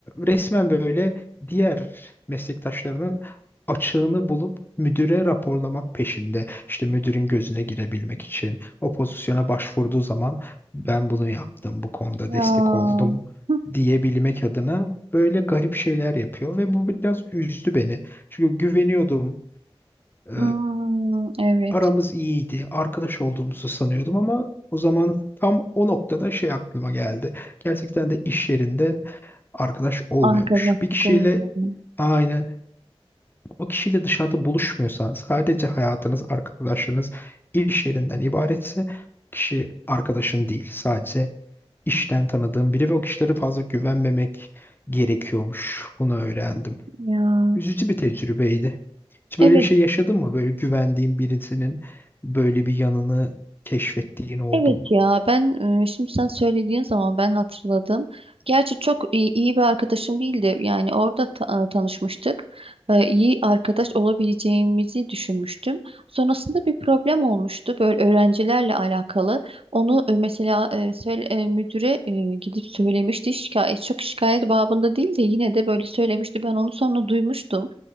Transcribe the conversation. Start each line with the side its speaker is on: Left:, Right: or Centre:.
Left: resmen böyle diğer meslektaşlarının açığını bulup müdüre raporlamak peşinde. İşte müdürün gözüne girebilmek için o pozisyona başvurduğu zaman ben bunu yaptım, bu konuda
Right: Ya.
Left: destek oldum
Right: Hı.
Left: diyebilmek adına böyle garip şeyler yapıyor ve bu biraz üzdü beni. Çünkü güveniyordum. Ee,
Right: Hmm, evet.
Left: aramız iyiydi, arkadaş olduğumuzu sanıyordum ama o zaman tam o noktada şey aklıma geldi. Gerçekten de iş yerinde arkadaş olmuyormuş.
Right: Arkadaşlık
Left: Bir kişiyle
Right: oldu yani.
Left: aynen o kişiyle dışarıda buluşmuyorsanız, sadece hayatınız, arkadaşlarınız iş yerinden ibaretse kişi arkadaşın değil. Sadece işten tanıdığım biri ve o kişilere fazla güvenmemek gerekiyormuş. Bunu öğrendim.
Right: Ya.
Left: Üzücü bir tecrübeydi. Hiç böyle
Right: Evet.
Left: bir şey yaşadın mı? Böyle güvendiğin birisinin böyle bir yanını keşfettiğin oldu
Right: Evet
Left: mu?
Right: ya ben e, şimdi sen söylediğin zaman ben hatırladım. Gerçi çok iyi, iyi bir arkadaşım değildi. Yani orada ta- tanışmıştık. E, iyi arkadaş olabileceğimizi düşünmüştüm. Sonrasında bir problem olmuştu böyle öğrencilerle alakalı. Onu e, mesela e, söyle- e, müdüre e, gidip söylemişti. Şikayet çok şikayet babında değil de yine de böyle söylemişti. Ben onu sonra duymuştum.